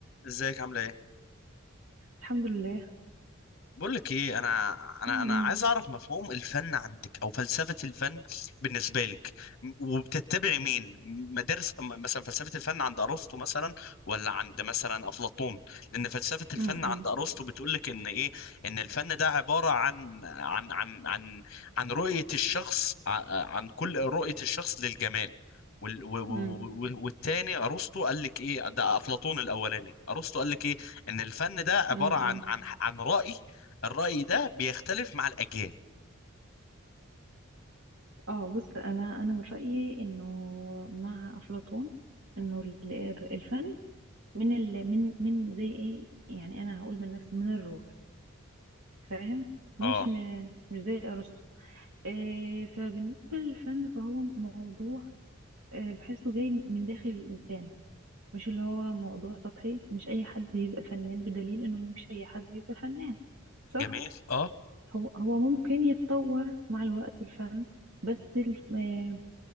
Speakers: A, on the left; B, on the right.
A: ازيك عامله ايه
B: الحمد لله
A: بقول لك ايه انا انا
B: امم
A: انا عايز اعرف مفهوم الفن عندك او فلسفة الفن بالنسبة لك م- وبتتبعي مين مدارس م- مثلا فلسفة الفن عند ارسطو مثلا ولا عند مثلا افلاطون لان فلسفة الفن
B: امم
A: عند ارسطو بتقول لك ان ايه ان الفن ده عبارة عن عن عن عن عن رؤية الشخص ع- عن كل رؤية الشخص للجمال وال- و- و-
B: امم
A: و- والتاني ارسطو قال لك ايه ده افلاطون الاولاني ارسطو قال لك ايه ان الفن ده عبارة
B: امم
A: عن عن عن رأي الرأي ده بيختلف مع الأجيال
B: اه بص انا انا من رايي انه مع افلاطون انه ال- الفن من ال من من زي ايه يعني انا هقول من نفسي من الروح فاهم مش
A: اه
B: م- مش زي ارسطو إيه فبالنسبه للفن فهو موضوع آه، بحسه جاي من داخل الانسان مش اللي هو موضوع سطحي مش اي حد يبقى فنان بدليل انه مش اي حد بيبقى فنان صح
A: جميل اه
B: هو هو ممكن يتطور مع الوقت الفن بس الف... آه،